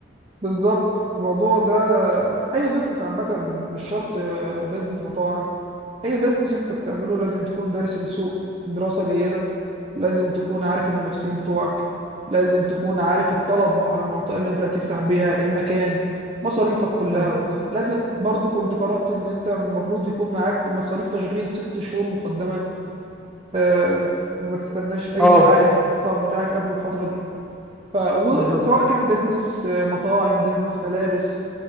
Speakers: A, on the right (about 30°); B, in the centre.
A: بالظبط الموضوع ده اي بزنس عامة مش شرط آه، بزنس مطاعم اي بزنس انت بتعمله لازم تكون دارس السوق دراسة جيدة لازم تكون عارف المنافسين بتوعك لازم تكون عارف الطلب على المنطقة اللي انت هتفتح بيها المكان مصاريفك كلها
B: بالظبط
A: لازم برضو كنت قرأت ان انت المفروض يكون معاك مصاريف تشغيل ست شهور مقدما آه، ما تستناش اي
B: اه
A: عائد من المطعم بتاعك قبل الفتره دي ف وسواء
B: بالظبط
A: كان بيزنس آه، مطاعم بيزنس ملابس